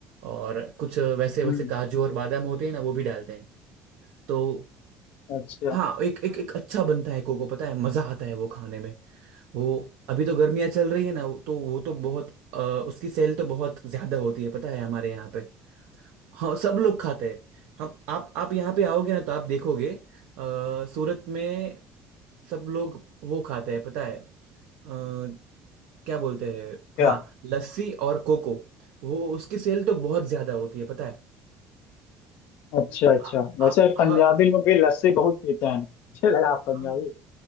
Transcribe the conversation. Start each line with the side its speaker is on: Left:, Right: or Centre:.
Right: और कुछ वैसे वैसे
Left: हम्म
Right: काजू और बादाम होते हैं ना वो भी डालते हैं तो
Left: अच्छा
Right: हाँ एक एक एक अच्छा बनता है कोको पता है मजा आता है वो खाने में वो अभी तो गर्मियाँ चल रही है ना वो- तो वो तो बहुत अ, उसकी सेल तो बहुत ज्यादा होती है पता है हमारे यहाँ पे हाँ सब लोग खाते हैं हम आप आप यहाँ पे आओगे ना तो आप देखोगे अ, सूरत में सब लोग वो खाते हैं पता है अ, क्या बोलते हैं
Left: क्या
Right: हाँ लस्सी और कोको वो उसकी सेल तो बहुत ज्यादा होती है पता है
Left: अच्छा अच्छा
Right: आ- आप
Left: वैसे
Right: हाँ,
Left: पंजाबी लोग भी लस्सी बहुत पीते हैं मुझे लगा आप पंजाबी
Right: हाँ।